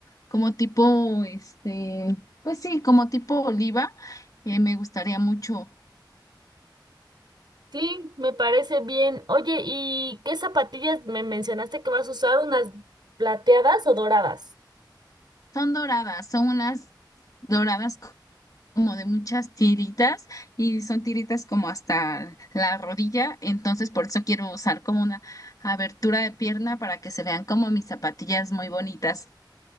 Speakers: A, on the left; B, on the right.
A: como tipo, este, pues sí, como tipo oliva, eh, me gustaría mucho.
B: Sí, me parece bien. Oye, ¿y qué zapatillas me mencionaste que vas a usar? ¿Unas plateadas o doradas?
A: Son doradas, son unas doradas co- como de muchas tiritas y son tiritas como hasta la rodilla, entonces por eso quiero usar como una abertura de pierna para que se vean como mis zapatillas muy bonitas.